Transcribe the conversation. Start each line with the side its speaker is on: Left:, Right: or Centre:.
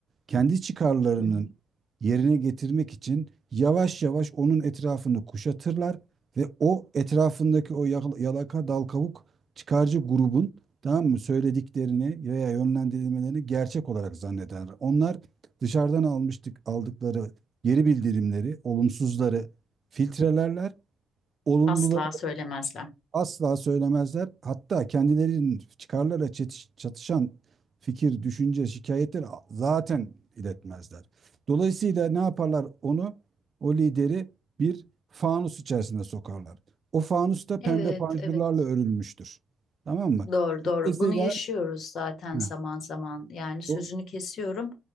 Right: kendi çıkarlarının
Left: hı hı.
Right: yerine getirmek için yavaş yavaş onun etrafını kuşatırlar ve o etrafındaki o yakal- yalaka dal kavuk çıkarcı grubun tamam mı söylediklerini veya yönlendirilmelerini gerçek olarak zannederler. Onlar dışarıdan almıştık aldıkları geri bildirimleri, olumsuzları filtrelerler. Olumluları
Left: Asla söylemezler.
Right: asla söylemezler. Hatta kendilerinin çıkarlarla çetiş- çatışan fikir, düşünce, şikayetleri zaten iletmezler. Dolayısıyla ne yaparlar onu? O lideri bir fanus içerisine sokarlar. O fanus da pembe
Left: Evet,
Right: panjurlarla
Left: evet.
Right: örülmüştür. Tamam mı?
Left: Doğru, doğru.
Right: Dolayısıyla
Left: Bunu yaşıyoruz zaten
Right: Hı.
Left: zaman zaman. Yani sözünü
Right: o,
Left: kesiyorum.